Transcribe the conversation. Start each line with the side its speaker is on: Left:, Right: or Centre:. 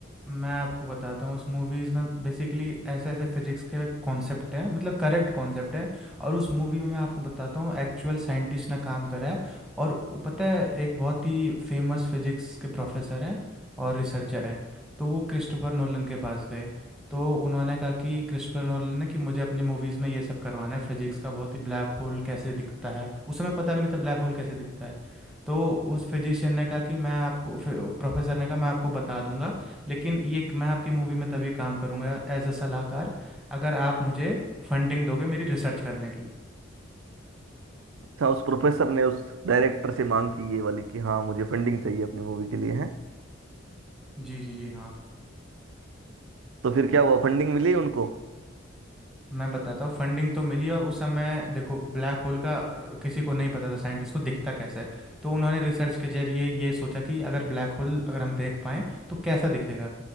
Centre: मैं आपको बताता हूँ उस मूवीज़ में बेसिकली ऐसे ऐसे फिजिक्स के कॉन्सेप्ट हैं मतलब करेक्ट कॉन्सेप्ट है और उस मूवी में मैं आपको बताता हूँ एक्चुअल साइंटिस्ट ने काम करा है और वो पता है एक बहुत ही फेमस फिजिक्स के प्रोफेसर हैं और रिसर्चर हैं तो वो क्रिस्टोफर नोलन के पास गए तो उन्होंने कहा कि क्रिस्टोफर नोलन ने कि मुझे अपनी मूवीज़ में ये सब करवाना है फिजिक्स का बहुत ही ब्लैक होल कैसे दिखता है उस समय पता भी नहीं था ब्लैक होल कैसे दिखता है तो उस फिजिशियन ने कहा कि मैं आपको प्रोफेसर ने कहा मैं आपको बता दूंगा लेकिन ये मैं आपकी मूवी में तभी काम करूँगा एज अ सलाहकार अगर आप मुझे फंडिंग दोगे मेरी रिसर्च करने की
Right: अच्छा उस प्रोफेसर ने उस डायरेक्टर से मांग की ये वाली कि हाँ मुझे फंडिंग चाहिए अपनी मूवी के लिए है
Centre: जी जी जी हाँ
Right: तो फिर क्या हुआ फंडिंग मिली उनको
Centre: मैं बताता हूँ फंडिंग तो मिली और उस समय देखो ब्लैक होल का अ, किसी को नहीं पता था साइंटिस्ट को दिखता कैसा है तो उन्होंने रिसर्च के जरिए ये सोचा कि अगर ब्लैक होल अगर हम देख पाएँ तो कैसा दिखेगा